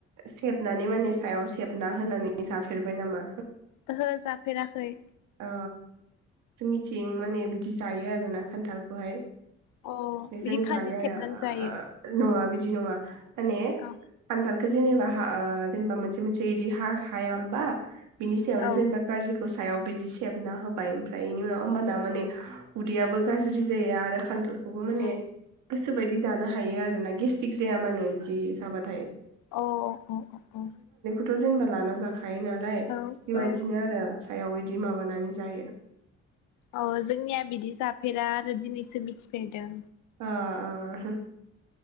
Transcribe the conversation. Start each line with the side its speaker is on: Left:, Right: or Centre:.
Right: सेबनानै माने सायाव सेबना होनानै जाफेरबाय नामा?
Left: ओहो जाफेराखै।
Right: ओ जोंनिथिं माने बिदि जायो आरो ना खान्थालखौहाय।
Left: अ
Right: बेजों
Left: बिदि खाजि
Right: जायो
Left: सेबनानै
Right: आरो
Left: जायो
Right: ओ नङा बिदि दि नङा। माने
Left: औ
Right: खान्थाल खो जेनेबा हा ओ जेनेबा मोनसे मोनसे बिदि हा हाया होमबा। बिनि सायावनो
Left: औ
Right: जेनेबा काजिखौ। हायाव। बिदि सेबना होबाय ओमफ्राय बेनि उनाव होम्बाना माने उदैयाबो गाज्रि जाया आरो खान्थाल <unintelligible> माने
Left: अ
Right: गोसो बायदि जानो <unintelligible> थायो आरो ना गेस्टिक जाया मानो बिदि जाबाथाय।
Left: अ अ अ अ।
Right: <unintelligible> 'जेनबा लाना जाख हायो नालाय
Left: औ
Right: बेबायदिनो
Left: औ
Right: आरो। <unintelligible> जि माबानानै जायो।
Left: अ जोंनिया बिदि जाफेरा आरो दिनैसो मिथिफेरदों।
Right: ओ -ओ